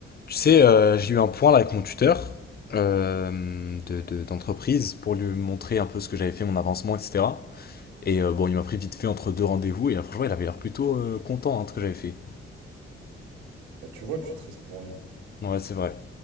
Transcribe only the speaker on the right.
Bah tu vois, tu stresses pour rien.